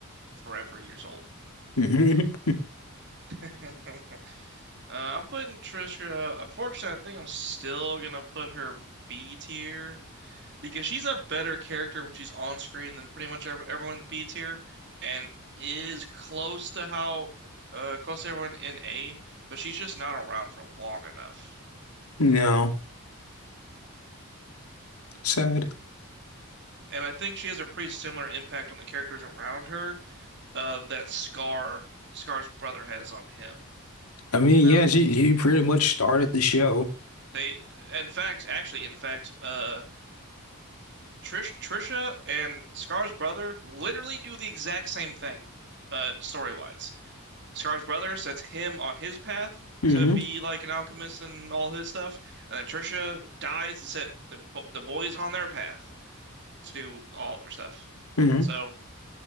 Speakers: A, on the right; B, on the left.
A: forever years old.
B: hmm
A: <laughs> Uh, I'm putting Trisha. Unfortunately, I think I'm still gonna put her B tier because she's a better character when she's on screen than pretty much every, everyone in the B tier, and is close to how uh close to everyone in A, but she's just not around for long enough.
B: No, sad.
A: And I think she has a pretty similar impact on the characters around her uh, that Scar Scar's brother has on him.
B: I mean,
A: You know,
B: yeah, she you pretty much started the show.
A: they in fact, actually, in fact, uh. Trish, Trisha and Scar's brother literally do the exact same thing, uh, story-wise. Scar's brother sets him on his path
B: hmm
A: to be like an alchemist and all his stuff, and then Trisha dies to set the the boys on their path to do all their stuff.
B: hmm
A: So